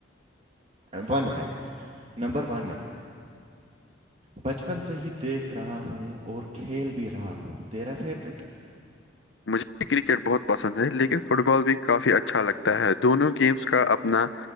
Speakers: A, on the right; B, on the left.
A: ون ہے نمبر ون ہے بچپن سے ہی دیکھ رہا ہوں اور کھیل بھی رہا ہوں تیرا فیوریٹ
B: مجھے کرکٹ بہت پسند ہے لیکن فٹ بال بھی کافی اچھا لگتا ہے دونوں گیمس کا اپنا